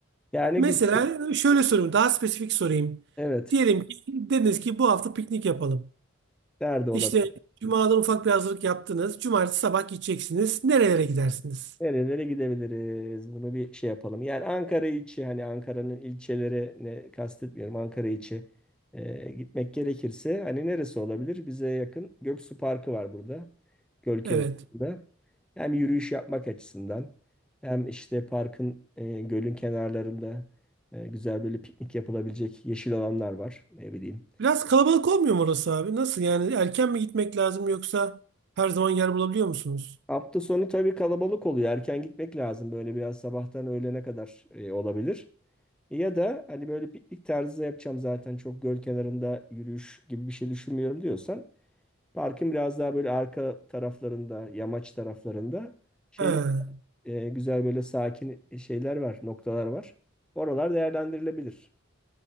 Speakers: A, in the centre; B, on the right (about 55°).
A: Yani
B: Mesela
A: güzel
B: şöyle sorayım. Daha spesifik sorayım.
A: evet
B: Diyelim ki dediniz ki bu hafta piknik yapalım.
A: nerede olabilir?
B: İşte Cuma'dan ufak bir hazırlık yaptınız. Cumartesi sabah gideceksiniz. Nerelere gidersiniz?
A: Nerelere gidebiliriz? Bunu bir şey yapalım. Yani Ankara içi hani Ankara'nın ilçelerine kastetmiyorum. Ankara içi e, gitmek gerekirse hani neresi olabilir? Bize yakın Göksu Parkı var burada. Göl kenarında.
B: Evet.
A: Hem yürüyüş yapmak açısından hem işte parkın e, gölün kenarlarında e, güzel böyle piknik yapılabilecek yeşil alanlar var. Ne bileyim.
B: Biraz kalabalık olmuyor mu orası abi? Nasıl yani? Erken mi gitmek lazım yoksa her zaman yer bulabiliyor musunuz?
A: Hafta sonu tabii kalabalık oluyor. Erken gitmek lazım. Böyle biraz sabahtan öğlene kadar e, olabilir. E, Ya da hani böyle piknik tarzı yapacağım zaten çok göl kenarında yürüyüş gibi bir şey düşünmüyorum diyorsan parkın biraz daha böyle arka taraflarında, yamaç taraflarında şey
B: He,
A: e, güzel böyle sakin şeyler var, noktalar var. Oralar değerlendirilebilir.